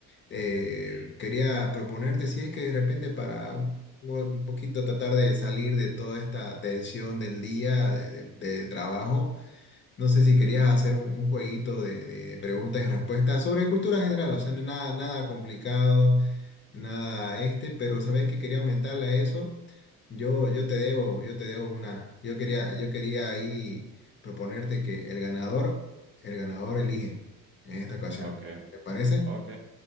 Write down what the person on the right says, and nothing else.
ujú.
Ok,
ok.